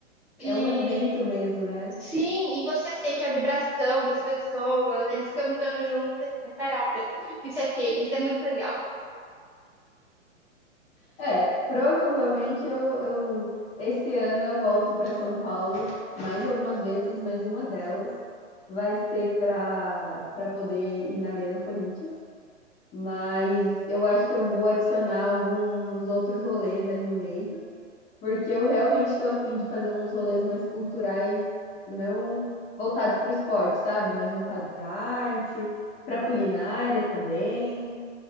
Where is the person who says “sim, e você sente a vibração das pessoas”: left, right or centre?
Centre